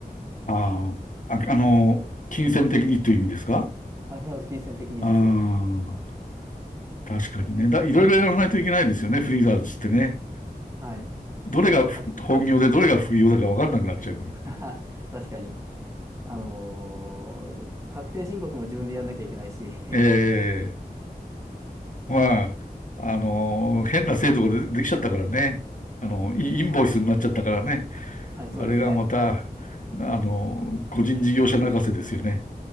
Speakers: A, on the left (about 55°); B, on the right (about 20°).
A: う、ああ、あ、あの、金銭的にという意味ですか
B: アキハウス金銭的にです。
A: ああ、確かにね。だ、いろいろやらないといけないですよね、フリーランスってね。
B: はい。
A: どれがふ本業でどれが副業だか分かんなくなっちゃうから。
B: 確 <laughs> 確かに。あのー確定申告も自分でやんなきゃいけないし、<laughs>
A: ええまあ、あの、変な制度がで、できちゃったからね。あの、イインボイスになっちゃったからね。
B: ああ、はい、そうですね。
A: あれがまた、あの、個人事業者泣かせですよね。